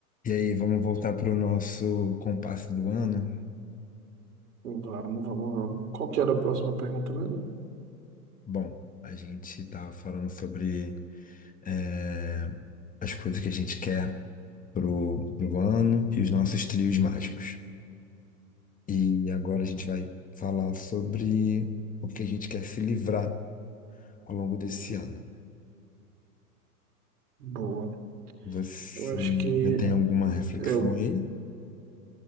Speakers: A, on the left; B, on the right.
A: E aí, vamos voltar para o nosso compasso do ano?
B: Vamos, vamos, vamos. Qual que era a próxima pergunta mesmo?
A: Bom, a gente estava falando sobre eh, as coisas que a gente quer pro, pro ano e os nossos trios mágicos. E agora a gente vai falar sobre o que a gente quer se livrar ao longo desse ano.
B: Boa.
A: Você
B: Eu acho
A: ainda
B: que
A: tem alguma reflexão
B: eu,
A: aí?